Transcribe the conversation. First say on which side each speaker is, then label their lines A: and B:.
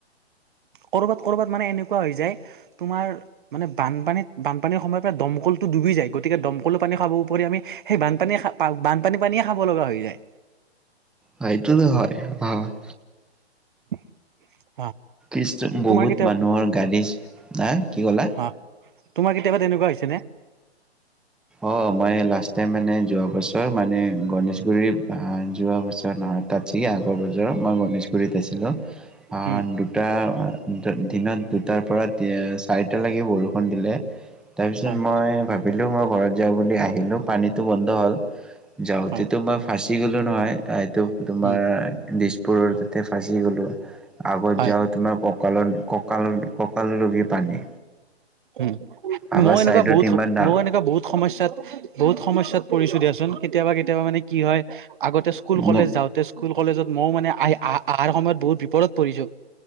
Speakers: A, on the right; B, in the centre.
A: কৰবাত কৰবাত মানে এনেকুৱা হৈ যায় তোমাৰ মানে বানপানীত বানপানীৰ সময়ৰ পৰা দম কলটো ডুবি যায় গতিকে দমকলৰ পানী খাব উপৰি আমি সেই বানপানীয়ে খা বান বানপানীৰ পানীয়ে খাব লগা হৈ যায়।
B: সেইটোতো হয় অ <unintelligible>
A: <unintelligible>
B: ইষ্ট বহুত
A: তোমাৰ কেতিয়াবা
B: মানুহৰ গাড়ীছ, হা কি ক'লা?
A: অ তোমাৰ কেতিয়াবা তেনেকুৱা হৈছে নে?
B: অ মই লাষ্ট টাইম মানে যোৱা বছৰ মানে গণেশগুৰি অ যোৱা বছৰ না তাত যি আগৰ বজাৰ মই গণেশ দুইটা ছিলো অ
A: উম
B: দুটা দিনত দুটাৰ পৰা তি চাৰিটালৈ কি বৰষুণ দিলে তাৰপিছত
A: হয়
B: মই ভাবিলোঁ মই ঘৰত যাওঁ বুলি আহিলোঁ পানীটো বন্ধ হ'ল। যাওঁতেটো
A: হয়
B: মই ফাঁচি গ'লো নহয় এইটো তোমাৰ
A: উম
B: দিছপুৰ ফাঁচি গ'লো আগত
A: হয়
B: যাওঁ তোমাৰ ককালত কঁকাল কঁকাললগি পানী।
A: উম
B: ভাবা
A: মই
B: চাইডত
A: এনেকুৱা বহুত
B: ইমান ডাঙৰ
A: মই এনেকুৱা বহুত সমস্যাত বহুত সমস্যাত পৰিচয় দিয়াচোন। কেতিয়াবা কেতিয়াবা মানে কি হয় আগতে স্কুল কলেজ
B: মোক
A: যাওঁতে স্কুল কলেজত ময়ো মানে আহি আহ আহাৰ সময়ত বহুত বিপদত পঢ়িছোঁ।